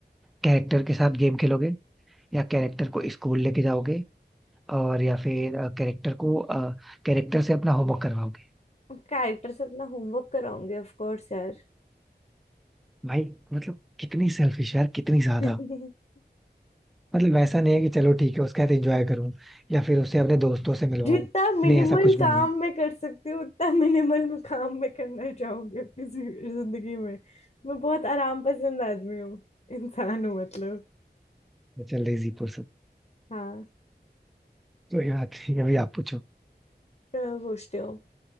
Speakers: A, in the centre; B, on the left.
A: कैरेक्टर के साथ गेम खेलोगे या कैरेक्टर को स्कूल लेके जाओगे और या फिर कैरेक्टर को कैरेक्टर से अपना होमवर्क करवाओगे
B: कैरेक्टर्स अपना होमवर्क कराऊंगी ऑफ कोर्स यार
A: भाई मतलब कितनी सेल्फिश यार कितनी ज्यादा
B: <laughs>
A: मतलब वैसा नहीं है कि चलो ठीक है उसके साथ एंजॉय करूं या फिर उसे अपने दोस्तों से मिलवाऊं
B: जितना मिनिमल
A: नहीं ऐसा कुछ
B: काम
A: भी नहीं
B: मैं कर सकती हूँ उतना मिनिमल मैं काम मैं करना चाहूंगी अपनी जी- जिंदगी में मैं बहुत आराम पसंद आदमी हूँ इंसान हूँ मतलब
A: है चल रही पर्सन
B: हाँ
A: तो यार ठीक है, अभी आप पूछो
B: तो पूछते हो